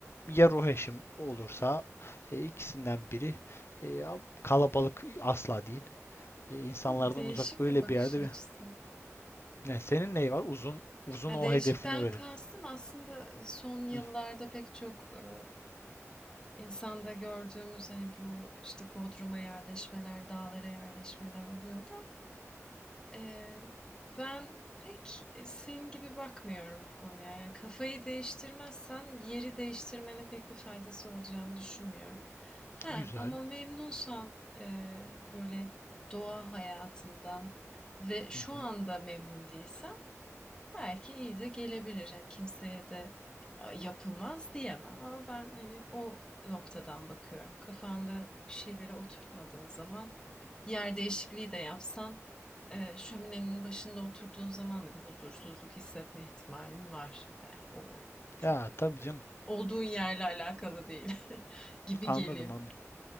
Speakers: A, on the left; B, on the left.
A: ya ruh eşim olursa e, ikisinden biri. E, kalabalık asla değil. E, insanlardan
B: <laughs> değişik
A: uzak öyle
B: bir bakış
A: bir yerde
B: açısı.
A: bir. Ne, senin neyi var? Uzun uzun
B: Yani
A: o
B: değişikten
A: hedefini öğren.
B: kastım aslında son yıllarda
A: Hı,
B: pek çok e, insanda gördüğümüz hani bu işte Bodrum'a yerleşmeler, dağlara yerleşmeler oluyor da e, ben pek senin gibi bakmıyorum bu konuya. Yani kafayı değiştirmezsen yeri değiştirmenin pek bir faydası olacağını düşünmüyorum. Ha,
A: güzel.
B: ama memnunsan e, böyle doğa hayatından ve şu
A: Hı hı.
B: anda memnun değilsen Belki iyi de gelebilir. Yani kimseye de yapılmaz diyemem ama ben hani o noktadan bakıyorum. Kafanda bir şeyleri oturtmadığın zaman yer değişikliği de yapsan e, şöminenin başında oturduğun zaman da bir huzursuzluk hissetme ihtimalin var. Yani o çok
A: Ya tabii canım.
B: olduğun yerle alakalı değil <laughs> gibi
A: Anladım
B: geliyor.
A: anladım.